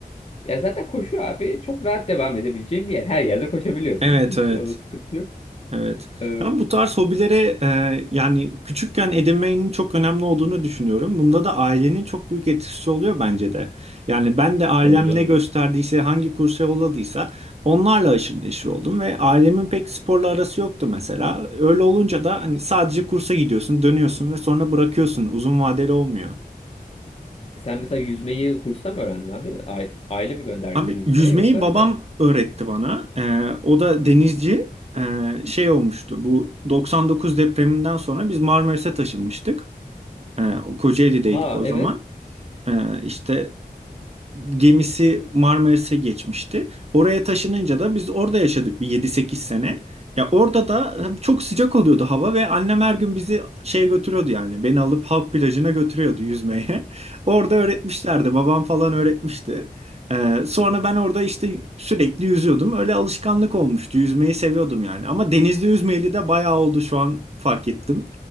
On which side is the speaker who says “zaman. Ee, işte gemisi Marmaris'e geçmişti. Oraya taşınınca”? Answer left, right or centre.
Right